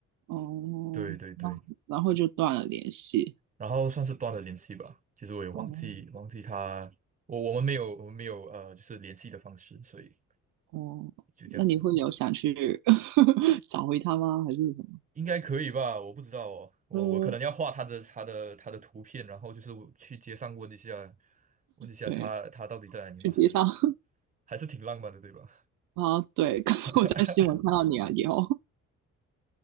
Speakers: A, on the right; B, on the right.
A: 哦，
B: 对对对。
A: 然后然后就断了联系。
B: 然后算是断了联系吧。其实我也忘记忘记他，
A: 哦
B: 我我们没有我们没有呃，就是联系的方式，所以
A: 哦，
B: 就这样子了，
A: 那你会有想去 <laughs> 找回他吗？还是什么？
B: 应该可以吧？我不知道哦，我我可能要画他的他的他的图片，
A: 嗯，
B: 然后就是我去街上问一下，问一下他他到底在哪里嘛，
A: 对，去街上 <laughs>
B: 还是挺浪漫的，对吧？
A: 啊？对，<laughs> 刚刚我在新闻看到你啊，
B: <laughs>
A: 以后，